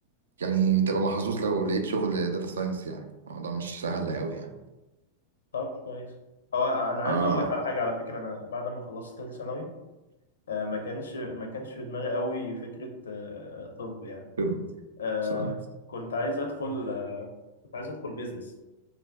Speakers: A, on the right; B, on the left.
A: يعني تبقى محظوظ لو لقيت شغل داتا ساينس يعني الموضوع مش سهل قوي يعني
B: طب كويس هو انا عايز
A: اه
B: اقول لك على حاجة على فكرة انا بعد ما خلصت ثالث ثانوي آه، ما كانش ما كانش في دماغي قوي فكرة آه، طب يعني
A: طب
B: آه،
A: صح
B: كنت عايز ادخل آه، كنت عايز ادخل بيزنس